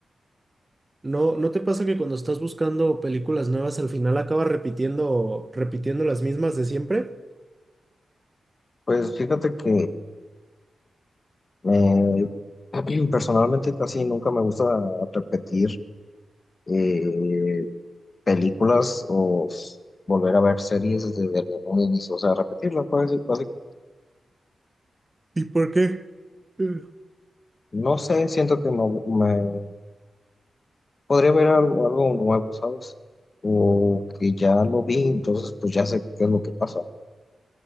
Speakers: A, on the right; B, on the left.
A: ¿No, no te pasa que cuando estás buscando películas nuevas al final acabas repitiendo, repitiendo las mismas de siempre?
B: Pues fíjate que eh, <clears throat> personalmente casi nunca me gusta repetir eh, películas o s- volver a ver series desde el- un inicio, o sea, repetirlas, pues, básicamente.
A: ¿Y por qué? Eh.
B: No sé, siento que no me podría haber algo, algo nuevo, ¿sabes? O que ya lo vi, entonces pues ya sé qué es lo que pasa.